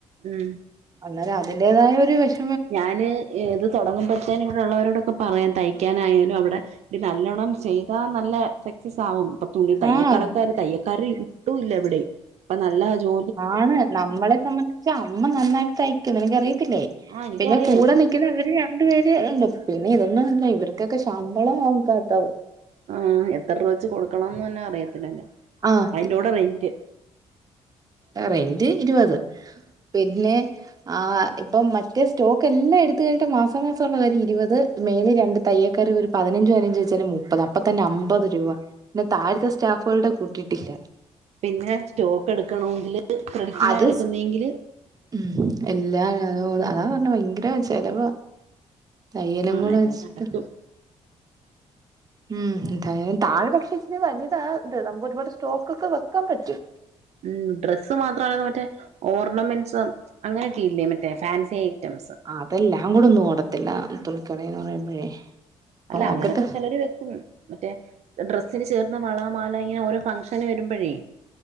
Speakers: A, on the right; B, on the right.
A: ഉം
B: അന്നേരം അതിന്റേതായ ഒരു വെഷ
A: ഞാന് ഇ ഇത് തുടങ്ങുമ്പഴത്തെനും ഇവിടെ ഉള്ളവരോടൊക്കെ പറയാൻ തയ്ക്കാനായാലും അവിടെ ഇത് നല്ലോണ്ണം ചെയ്താൽ നല്ല സക്സസ് ആകും ഇപ്പൊ തുണി തയ്യക്കടക്കാര്
B: ആഹ്
A: തയ്യക്കാര് ഒട്ടും ഇല്ല ഇവിടെയും അപ്പ നല്ല ജോ
B: ആണ് നമ്മളെ സംബന്ധിച്ച് അമ്മ നന്നായിട്ട് തയക്കും നിനക്കറിയത്തില്ലേ
A: ആഹ് എനിക്കറിയാം
B: പിന്നെ കൂടെ ക്ക്ന്നവർ അവര് രണ്ടു പേര് ഇണ്ട് പിന്നെ ഇതൊന്നും അല്ല ഇവർക്കൊക്കെ ശമ്പളം നക്കാത്തവ
A: ആഹ് എത്ര രൂപ വെച്ച് കൊടുക്കണംന്ന് തന്നെ അറിയത്തില്ലല്ലേ
B: ആഹ്
A: അതിന്റെ കൂടെ റെന്റ്.
B: ആഹ് റെന്റ് ഇരുപത് പിന്നെ. ആഹ് ഇപ്പം മറ്റേ സ്റ്റോക്ക് എല്ലാം എടുത്തു കഴിഞ്ഞിട്ട് മാസ മാസംണ് അതം ഇരുപത് മെയ്‌സ് രണ്ട് തയ്യക്കാർ ഒരു പതിനഞ്ചച് പതിനഞ്ചച് വെച്ചാല് മുപ്പത അപ്പ തന്നെ അമ്പത് രൂപ പിന്നെ താഴത്തെ സ്റ്റാഫുകളുടെ കൂട്ടിയിട്ടില്ല.
A: പിന്നെ സ്റ്റോക്ക് എടുക്കണമെങ്കില് ക്രെഡിറ്റിനാ
B: അത്
A: എടുക്കുന്നതെങ്കില്
B: ഉം എല്ലാത അതാ പറഞ്ഞ ഭയങ്കര ചെലവ. തയ്യലും
A: ആഹ്
B: കൂടെ
A: എല്ലാം
B: ഇഷ്ട
A: നടക്കും
B: ഉം താഴെ താഴെ പക്ഷെ ഇച്ചരി വലുതാ ഇത് നമുക്ക് ഒരുപാട് സ്റ്റോക്ക് ഒക്കെ വെക്കാൻ പറ്റും.
A: ഉം ഡ്രസ്സ് മാത്രല്ല മറ്റേ ഓർണമെന്റ്സും അങ്ങനെയൊക്കെ ഇല്ലേ മറ്റേ ഫാൻസിയി റ്റംസ്.
B: ആഹ് അതെല്ലാം കൂടെ ഒന്നുംഓടത്തില്ല തുളിക്കടന്ന് പറയുമ്പോഴേ
A: അല്ല
B: നോക്കട്ടെ
A: അങ്ങനെയൊക്കെ ചിലര് വെക്കും മറ്റേ ഡ്രസ്സിന് ചേർന്ന വള മാല ഇങ്ങനെ ഓരോ ഫംഗ്ഷൻ അങ്ങനെ വരുമ്പോഴേ